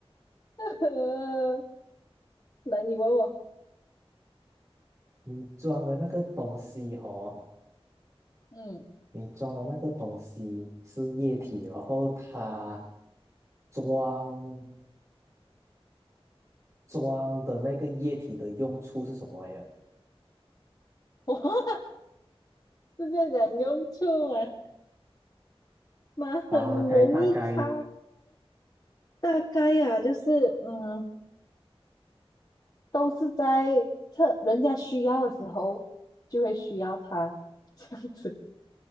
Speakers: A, on the left; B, on the right.
A: <laughs> 来，你问我，
B: 你装的那个东西哦，
A: 嗯，
B: 你装的那个东西是液体，然后它装。装的那个液体的用处是什么呀？
A: <laughs> 直接讲用处啊，妈很容易猜，
B: 大概大概
A: 大概啊，就是嗯，都是在特人家需要的时候就会需要它，这样子